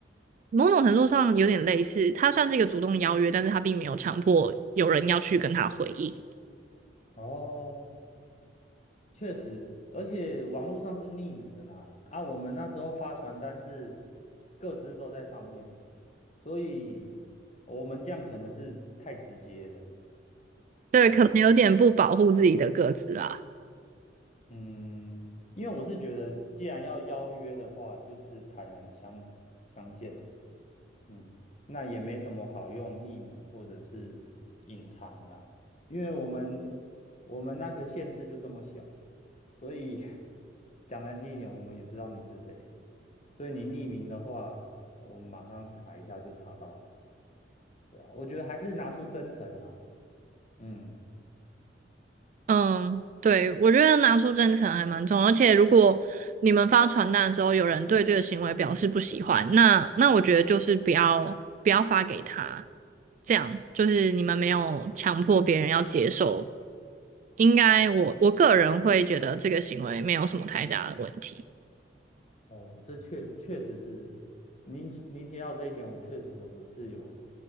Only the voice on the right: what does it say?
某种程度上有点类似，它算是一个主动邀约，但是它并没有强迫有人要去跟他回应。
对，
可能有点不保护自己的个子啦。
嗯，对，我觉得拿出真诚还蛮重要，而且如果你们发传单的时候，有人对这个行为表示不喜欢，那那我觉得就是不要不要发给他，这样就是你们没有强迫别人要接受，应该我我个人会觉得这个行为没有什么太大的问题。